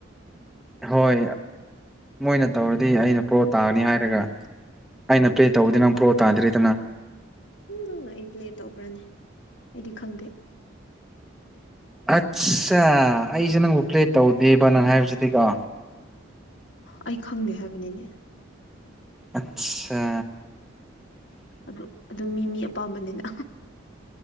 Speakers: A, in the centre; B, on the left.
A: ꯍꯣꯏ ꯃꯣꯏꯅ ꯇꯧꯔꯗꯤ ꯑꯩꯅ ꯄ꯭ꯔꯣ ꯇꯥꯒꯅꯤ ꯍꯥꯏꯔꯒ ꯑꯩꯅ ꯄ꯭ꯂꯦ ꯇꯧꯕꯗꯤ ꯅꯪ ꯄ꯭ꯔꯣ ꯇꯥꯗ꯭ꯔꯦꯗꯅ
B: ꯑꯦ ꯅꯪꯅ ꯑꯩ ꯄ꯭ꯂꯦ ꯇꯧꯕ꯭ꯔꯅꯦ ꯑꯩꯗꯤ ꯈꯪꯗꯦ
A: ꯑꯠꯁꯥ ꯑꯩꯁꯦ ꯅꯪꯕꯨ ꯄ꯭ꯂꯦꯠ ꯇꯧꯗꯦꯕ ꯅꯪ ꯍꯥꯏꯕꯁꯤꯗꯤꯀꯣ
B: ꯑꯩ ꯈꯪꯗꯦ ꯍꯥꯏꯕꯅꯤꯅꯦ
A: ꯑꯆꯥ
B: ꯑꯨ ꯑꯗꯨ ꯃꯤ ꯃꯤ ꯑꯄꯥꯝꯕꯅꯤꯅ